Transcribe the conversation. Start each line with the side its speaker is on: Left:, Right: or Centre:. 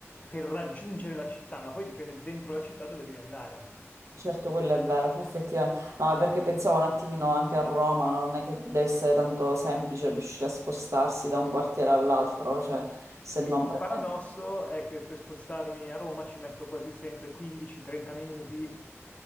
Left: per raggiungere la città, ma poi dipende dentro la città dove devi andare.
Right: eh. Certo, quello è vero, effettivamente. No, è perché pensavo un attimino anche a Roma, non è che deve essere tanto semplice riuscire a spostarsi da un quartiere all'altro, cioè se non
Left: Il,
Right: prendete...
Left: il paradosso è che per spostarmi a Roma ci metto quasi sempre 15-30 minuti,